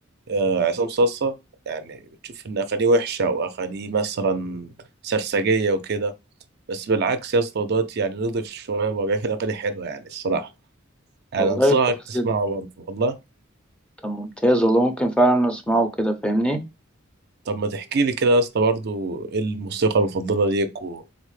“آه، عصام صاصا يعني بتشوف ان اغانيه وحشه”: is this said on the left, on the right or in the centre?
Right